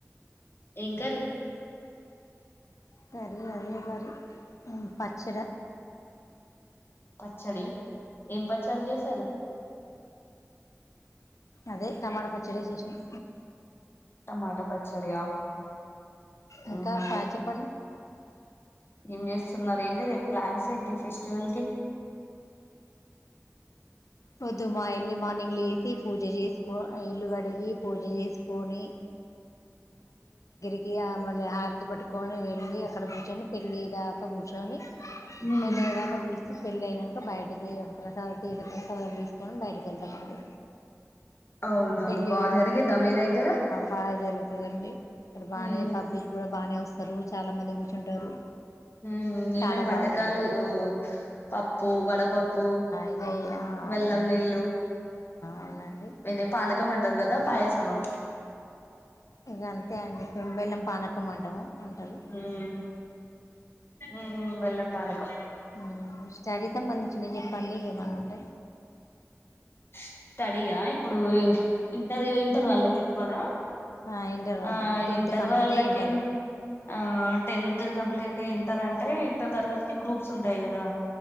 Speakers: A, on the left; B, on the left.
A: ఏం కర్రీ
B: కర్రీ అదే కర్రీ ఉమ్ పచ్చిడి
A: పచ్చడి ఏం పచ్చడి చేశారు
B: అదే టమాట పచ్చడి చషణం
A: టమాటా పచ్చడి ఆ
B: ఇంకా
A: ఉమ్
B: చెప్పండి
A: ఎమ్ చెస్టునారు ఏంటి రేపు ప్లాన్స్ ఏంటి ఫెస్టివల్ కి
B: పొద్దుమా ఎర్లీ మార్నింగ్లు వేసి పూజ చేసుకో ఇల్లు కడిగి పూజ చేసుకొని ఇ మళ హారది పట్ కొని వెళ్ళలి అక్కడ కూర్చొని పెళ్ళలి దాకా చుని
A: ఉమ్
B: ఫ లేద కబూత పెళ్ళి అయినాక బయటికిస టీ ప్రసలు తీసుకొని బయటికి వెళ్తామండి
A: అవునా
B: పెళ్ళి
A: బాగా జరిగిద్దా మీ దగ్గర
B: బాగా కదండి అక్కడ బాగానే
A: ఉమ్
B: పబ్లిక్ కూడా బాగానే వస్తారు చాలా మంది కూర్చుంటారు
A: ఉమ్ ఏమేం
B: చాలా
A: వంటకాలు
B: బాగా జరుగుతుంది
A: పప్పు వడపప్పు
B: ఇక
A: బెల్లం
B: అదే అండి
A: నీళ్ళు
B: అవునండి
A: వే పనకం వంట టరు కదా పయసమా
B: ఇగా అంతే అండి పెంబెల్లం పానకం అంటాము అంటారు
A: ఉమ్ ఉమ్ బెల్లం పనకం
B: ఉమ్ స్టడీ సంబంధించినవి చెప్పండి ఏమన్నా ఉంట
A: స్టడీ ఆ ఇ ఇప్పుడు ఇంటర్ ఇంటర్ వళ్ల చెప్ అవునా
B: ఆ ఇంటర్ వాళ్ళకి
A: ఆ
B: టెన్త్
A: ఇంటర్
B: కంప్లీట్
A: వాళ్ళకి
B: అయి ఇంటారు
A: ఆ టెన్త్ కంప్లీట్ అంటే ఇంటర్ అంటే ఇంటర్ తర్వాతకి గ్రూప్స్ ఉంటాయి కదా